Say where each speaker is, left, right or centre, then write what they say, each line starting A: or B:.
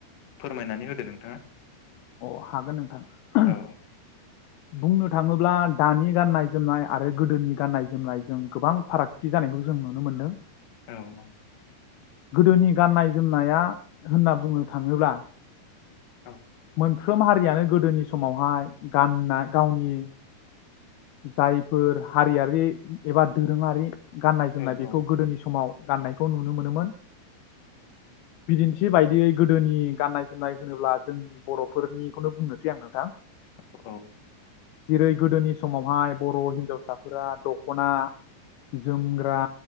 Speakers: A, on the left; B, on the left.
A: फोरमायनानै होदो नोंथाङा।
B: अ हागोन नोंथां
A: औ
B: बुंनो थाङोब्ला दानि गाननाय जोमनाय आरो गोदोनि गाननाय जोमनायजों गोबां फारागथि जानायखौ जों नुनो मोनदों।
A: औ औ।
B: गोदोनि गाननाय जोमनाया होनना बुंनो थाङोब्ला
A: औ।
B: मोनफ्रोम हारियानो गोदोनि समावहाय गाननाय गावनि जायफोर हारियारि एबा दोरोङारि गाननाय जोमनाय
A: औ
B: बेखौ
A: औ
B: गोदोनि समाव गाननायखौ नुनो मोनोमोन‌। बिदिन्थि बायदियै गोदोनि गाननाय जोमनाय होनोब्ला जोंनि बर'फोरनिखौनो बुंनोसै आं नोंथां।
A: औ
B: जेरै गोदोनि <unintelligible> बर' हिनजावसाफोरा दख'ना जोमग्रा